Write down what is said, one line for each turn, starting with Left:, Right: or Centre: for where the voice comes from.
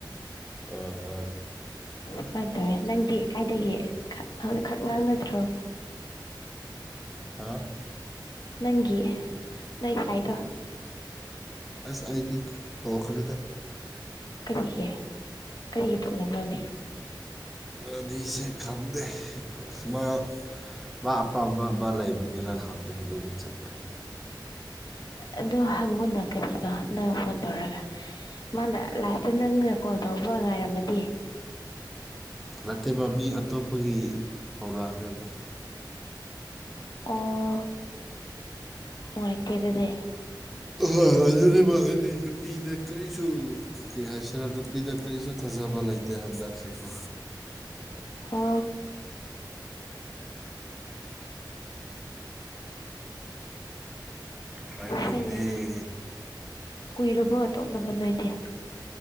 Centre: ꯑ ꯍꯣꯏ
Left: ꯁꯨꯃꯥꯏꯅ ꯇꯧꯋꯦ ꯅꯪꯗꯤ ꯀꯥꯏꯗꯒꯤꯦ ꯑꯗꯨ ꯈꯛ ꯉꯥꯡꯅꯗ꯭ꯔꯣ
Centre: ꯍꯥꯥ
Left: ꯅꯪꯒꯤꯌꯦ ꯅꯪ ꯁꯥꯏꯗꯣ
Centre: ꯑꯁ ꯑꯒꯤ ꯇꯣꯈꯔꯗ
Left: ꯀꯔꯤꯒꯤ ꯀꯔꯤꯒꯤ ꯇꯣꯛꯅꯤꯡꯅꯕꯣꯅꯤ
Centre: ꯑꯗꯤꯁꯦ ꯈꯪꯗꯦ ꯑꯃ ꯃꯥ ꯑꯄꯥꯝꯕ ꯃꯥ ꯂꯩꯕꯒꯤꯔ ꯈꯪꯗ꯭ꯔꯦ ꯑꯗꯨꯒꯤ ꯆꯠꯈ꯭ꯔꯦ
Left: ꯑꯗꯨ ꯍꯪꯉꯨꯅ ꯀꯔꯤꯅꯣ ꯅꯪ ꯐꯣꯟ ꯇꯧꯔꯒ ꯃꯥꯅ ꯂꯥꯏꯥꯁꯇ ꯅꯪꯅ ꯀꯣꯜ ꯇꯧꯕ ꯉꯥꯏꯔꯝꯃꯗꯤ
Centre: ꯅꯠꯇꯦꯕ ꯃꯤ ꯑꯇꯣꯞꯄꯒꯤ ꯐꯧ ꯂꯥꯛꯈ꯭ꯔꯦꯕ
Left: ꯑ ꯅꯨꯡꯉꯥꯏꯇꯦ ꯑꯗꯨꯗꯤ
Centre: ꯑꯣꯏ ꯑꯗꯨꯅꯦꯕ ꯍꯥꯏꯗꯤ ꯅꯨꯄꯤꯗ ꯀꯔꯤꯁꯨ ꯀꯔꯤ ꯍꯥꯏꯁꯤꯔ ꯅꯨꯄꯤꯗ ꯀꯔꯤꯁꯨ ꯊꯥꯖꯕ ꯂꯩꯇꯦ ꯍꯟꯗꯛꯁꯤꯀꯣ
Left: ꯍ
Centre: ꯄꯥꯏ ꯂꯩꯗꯤꯇꯩ
Left: ꯍꯣꯏꯅꯦ ꯀꯨꯏꯔꯕꯣ ꯑꯇꯣꯞ ꯅꯝꯕ ꯅ ꯑꯣꯏꯗꯤꯦ